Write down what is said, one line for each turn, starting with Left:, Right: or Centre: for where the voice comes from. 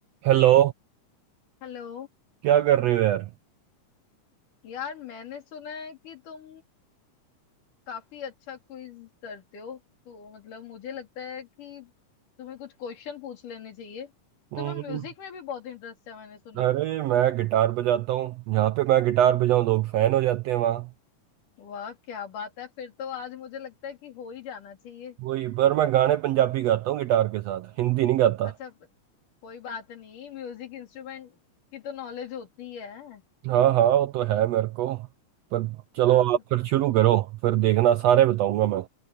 Right: Hello
Left: Hello
Right: क्या कर रहे हो यार
Left: यार मैंने सुना है कि तुम काफी अच्छा क्विज करते हो तो मतलब मुझे लगता है कि तुम्हें कुछ क्वेश्चन पूछ लेने चाहिए
Right: हम्म,
Left: तुम्हें म्यूजिक में भी बहुत इंटरेस्ट है मैंने सुना
Right: अरे
Left: है
Right: मैं गिटार बजाता हूँ जहाँ पे मैं गिटार बजाऊँ लोग फैन हो जाते हैं वहाँ
Left: वाह क्या बात है फिर तो आज मुझे लगता है कि हो ही जाना चाहिए
Right: वही पर मैं गाने पंजाबी गाता हूँ गिटार के साथ हिंदी नहीं गाता
Left: अच्छा प- कोई बात नहीं म्यूजिक इंस्ट्रूमेंट की तो नॉलेज होती है
Right: हाँ हाँ वो तो है मेरे को पर चलो
Left: हाँ
Right: आप फिर शुरू करो फिर देखना सारे बताऊंगा मैं